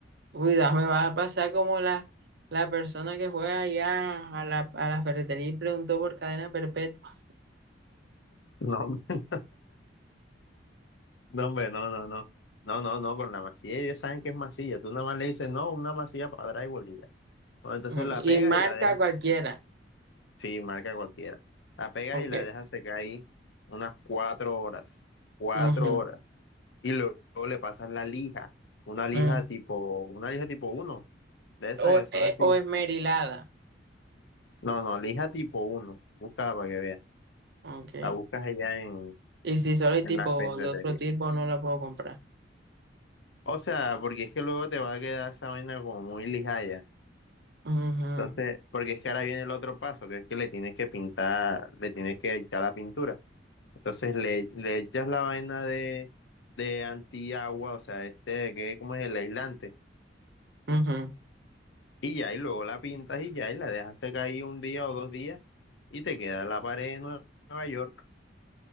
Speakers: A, on the right (about 60°); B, on the left (about 75°).
A: Cuidado, me vas a pasar como la, la persona que fue allá a la, a la ferretería y preguntó por cadena perpetua.
B: <laughs> No, no, hombre, no, no, no. No, no, no, con la masilla ellos saben que es masilla. Tú nada más le dices, no, una masilla para drywall y ya. Bueno, entonces
A: Mm,
B: la
A: Y
B: pegas
A: marca
B: y la dejas
A: cualquiera.
B: Sí, marca cualquiera. La pegas
A: Ok.
B: y la dejas secar ahí unas cuatro horas, cuatro
A: ujú,
B: horas. Y luego le pasas la lija, una lija
A: mm.
B: tipo, una lija tipo uno, de esas
A: O,
B: que son
A: eh,
B: así.
A: o esmerilada.
B: No, no, lija tipo uno, búscala para que veas.
A: Ok.
B: La buscas allá en,
A: Y si solo hay
B: en
A: tipo
B: las ferreterías.
A: de otro tipo, no la puedo comprar.
B: O sea, porque es que luego te va a quedar esa vaina como muy lijaya.
A: Ujú,
B: Entonces, porque es que ahora viene el otro paso, que es que le tienes que pintar, le tienes que echar la pintura. Entonces le, le echas la vaina de, de antiagua, o sea, este que cómo es el aislante,
A: ujú,
B: y ya, y luego la pintas y ya, y la dejas secar ahí un día o dos días, y te queda la pared de Nue- Nueva York.